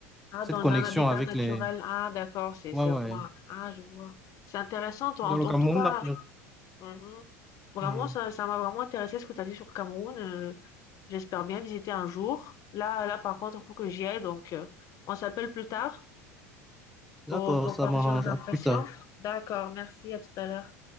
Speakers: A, on the left; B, in the centre.
A: Ah,
B: cette
A: dans
B: connexion
A: un habitat
B: avec
A: naturel.
B: les.
A: Ah, d'accord, c'est,
B: Ouais,
A: c'est
B: ouais.
A: moi. Ah, je vois. C'est intéressant, toi.
B: Dans
A: En, en
B: le Cameroun,
A: tout cas,
B: là, non.
A: mhm. Vraiment,
B: Hmm.
A: ça, ça m'a vraiment intéressé ce que tu as dit sur Cameroun. euh, J'espère bien visiter un jour. Là, là, par contre, il faut que j'y aille. Donc, euh, on s'appelle plus tard
B: D'accord,
A: pour, pour
B: ça
A: partager
B: m'arrange.
A: nos impressions.
B: À plus tard.
A: D'accord, merci, à tout à l'heure.